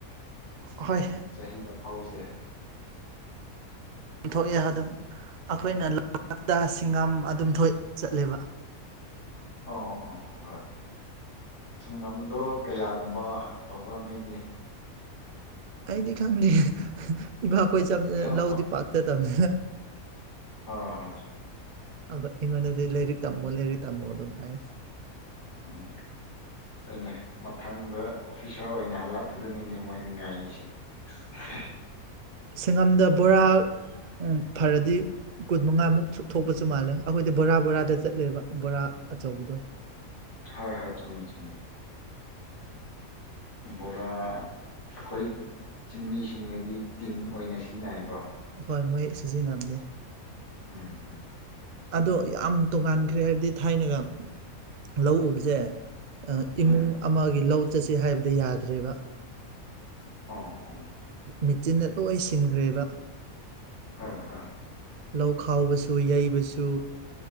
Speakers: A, on the right; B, on the left.
A: ꯑꯈꫭꯏ
B: ꯆꯍꯤꯗ ꯐꯥꯎꯁꯦ
A: ꯊꯣꯛꯑꯦ ꯑꯗꯨꯝ ꯑꯩꯈꯣꯏꯅ ꯂꯥꯛꯇ <unintelligible> ꯁꯤꯡꯉꯝ ꯑꯗꯨꯝ ꯊꯣꯛ ꯆꯠꯂꯦꯕ
B: ꯑꯣ ꯑꯣ ꯑꯣ ꯍꯣꯏ ꯁꯪꯉꯥꯝꯗꯣ ꯀꯌꯥꯒꯨꯝꯕ ꯇꯧꯕ꯭ꯔꯥ ꯅꯣꯏꯗꯤ
A: ꯑꯩꯗꯤ ꯈꯪꯗꯦ ꯏꯕꯥ ꯀꯣꯏ ꯆꯝꯅꯤꯅ <unintelligible>
B: ꯑꯣ
A: ꯂꯧꯗꯤ
B: ꯑꯣ
A: ꯄꯥꯛꯆꯗꯕꯅꯤ
B: ꯍ ꯍꯣꯏ
A: ꯑꯩꯉꯣꯟꯗꯗꯤ ꯂꯥꯏꯔꯤꯛ ꯇꯝꯃꯣ ꯂꯥꯏꯔꯤꯛ ꯇꯝꯃꯣ ꯑꯗꯨꯝ ꯍꯥꯏ
B: ꯎꯝ ꯍꫭꯏꯅꯦ ꯃꯊꯪꯗ ꯑꯣꯐꯤꯁꯔ ꯑꯣꯏꯅ ꯍꯜꯂꯛꯄꯗꯨꯅꯤꯅꯦ ꯃꯣꯏꯅ ꯉꯥꯏꯔꯤꯁꯦ <unintelligible>
A: ꯁꯪꯉꯝꯗ ꯕꯣꯔꯥ ꯎꯝ ꯐꯔꯗꯤ ꯀꯨꯟ ꯃꯉꯥꯃꯨꯛꯁꯨ ꯊꯣꯛꯄꯁꯨ ꯃꯥꯜꯂꯦ ꯑꯩꯈꯣꯏꯗꯤ ꯕꯣꯔꯥ ꯕꯣꯔꯥꯗ ꯆꯠꯂꯦꯕ ꯕꯣꯔꯥ ꯑꯆꯧꯕꯗꯣ
B: ꯍꯣꯏ ꯍꯣꯏ ꯆꯨꯝꯃꯦ ꯆꯨꯝꯃꯦ ꯕꯣꯔꯥ ꯑꯩꯈꯣꯏ ꯆꯤꯡꯃꯤꯁꯤꯡꯅꯗꯤ ꯇꯤꯟ ꯑꯣꯏꯅ ꯁꯤꯖꯤꯟꯅꯩꯀꯣ
A: ꯍꯣꯏ ꯃꯣꯏ ꯁꯤꯖꯤꯟꯅꯕꯅꯦ
B: ꯎꯝ ꯎꯝ
A: ꯑꯗꯣ ꯌꯥꯝ ꯇꯣꯉꯥꯟꯈ꯭ꯔꯦ ꯍꯥꯏꯕꯗꯤ ꯊꯥꯏꯅꯒ ꯂꯧ ꯎꯕꯖꯦ
B: ꯎꯝ
A: ꯏꯃꯨꯡ ꯑꯃꯒꯤ ꯂꯧ ꯆꯠꯁꯤ ꯍꯥꯏꯕꯗꯤ ꯌꯥꯗ꯭ꯔꯦꯕ
B: ꯑꯣ ꯑꯣ
A: ꯃꯦꯆꯤꯟꯅ ꯂꯣꯏ ꯁꯤꯟꯈ꯭ꯔꯦꯕ
B: ꯍ ꯍ <unintelligible>
A: ꯂꯧ ꯈꯥꯎꯕꯁꯨ ꯌꯩꯕꯁꯨ